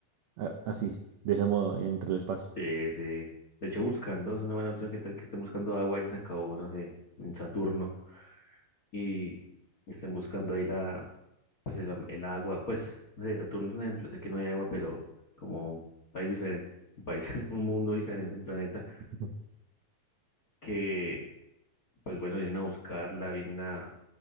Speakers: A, on the right; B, on the left.
A: a- así, de ese modo, entre el espacio.
B: Sí, sí. De hecho, buscando es una buena opción. ¿Qué tal que estén buscando agua? y se acabó, no sé, en Saturno. Y estén buscando ahí la, pues el, am- el agua. Pues, no sé, Saturno es un ejemplo. Sé que no hay agua, pero como un país diferente, un país, <laughs> un mundo diferente, un planeta
A: Ujú.
B: que pues bueno, vienen a buscarla, vienen a,